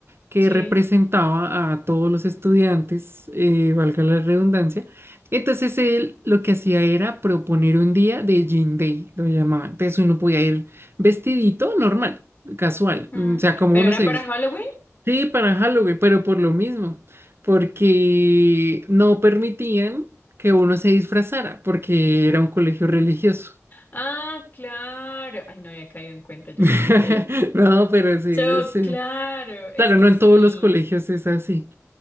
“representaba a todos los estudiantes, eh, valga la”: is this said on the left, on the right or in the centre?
Right